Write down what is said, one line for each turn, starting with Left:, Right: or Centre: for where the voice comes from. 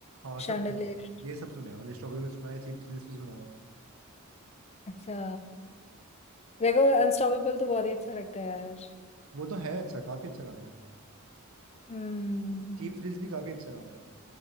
Right: हाँ सब
Left: शैंडलियर
Right: सुने ये सब सुने हैं, अनस्टॉपेबल सुना है चीप थ्रिल्स भी सुना है
Left: अच्छा देखो अनस्टॉपेबल तो बहुत ही अच्छा लगता है यार
Right: वो तो है अच्छा काफी अच्छा गाना है
Left: हम्म
Right: चीप थ्रिल्स भी काफी अच्छा गाना है